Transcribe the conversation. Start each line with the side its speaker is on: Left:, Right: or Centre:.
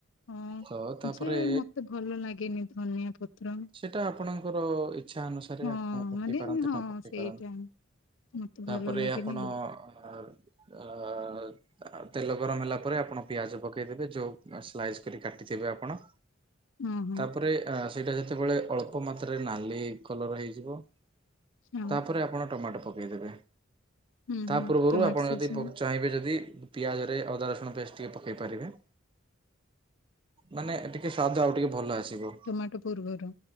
Left: ହଁ
Right: ତ ତାପରେ
Left: ଯେ ମତେ ଭଲ ଲାଗେନି ଧନିଆ ପତ୍ର।
Right: ସେଟା ଆପଣଙ୍କର ଇଚ୍ଛା ଅନୁସାରେ
Left: ହଁ
Right: ଆପଣ ପକେଇ
Left: ମାନେ
Right: ପାରନ୍ତି
Left: ହଁ
Right: ନ ପକେଇ
Left: ସେଇଟା
Right: ପାରନ୍ତି।
Left: ମତେ
Right: ତାପରେ
Left: ଭଲ ଲାଗେନି
Right: ଆପଣ
Left: ଆଉ
Right: ଅ ଅ ତେଲ ଗରମ ହେଲା ପରେ ଆପଣ ପିଆଜ ପକେଇଦେବେ ଯଉ ସ୍ଲାଇସ୍ କରି କାଟିଥିବେ ଆପଣ।
Left: ହଁ ହଁ
Right: ତାପରେ ସେଇଟା ଯେତେବେଳେ ଅଳ୍ପ ମାତ୍ରାରେ ନାଲି କଲର ହେଇଯିବ।
Left: ହଁ
Right: ତାପରେ ଆପଣ ଟମାଟୋ ପକେଇଦେବେ।
Left: ହୁଁ
Right: ତା
Left: ହୁଁ
Right: ପୂର୍ବରୁ
Left: ଟମାଟୋ
Right: ଆପଣ
Left: ସିଝେନି
Right: ଯଦି ଚାହିଁବେ ଯଦି ପିଆଜ ରେ ଅଦା ରସୁଣ ପେଷ୍ଟ ଟିକେ ପକେଇ ପାରିବେ। ମାନେ ଟିକେ ସ୍ୱାଦ ଆଉ ଟିକେ ଭଲ ଆସିବ।
Left: ଟମାଟୋ ପୂର୍ବରୁ।